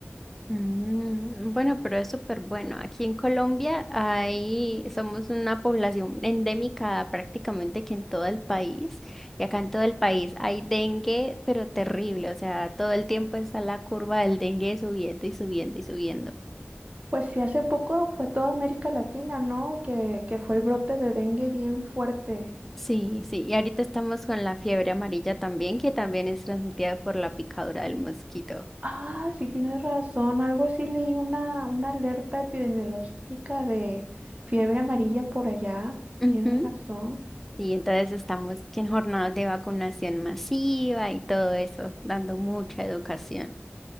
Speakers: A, in the centre; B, on the right.
A: Mm, bueno, pero es súper bueno. Aquí en Colombia hay, somos una población endémica prácticamente que en todo el país. Y acá en todo el país hay dengue, pero terrible. O sea, todo el tiempo está la curva del dengue subiendo y subiendo y subiendo.
B: Pues sí, hace poco fue toda América Latina, ¿no? Que, que fue el brote de dengue bien fuerte.
A: Sí, sí, y ahorita estamos con la fiebre amarilla también, que también es transmitida por la picadura del mosquito.
B: Ah, sí tienes razón. Algo así leí una, una alerta epidemiológica de fiebre amarilla por allá.
A: Ujú.
B: Tienes razón.
A: Sí, entonces estamos en jornadas de vacunación masiva y todo eso, dando mucha educación.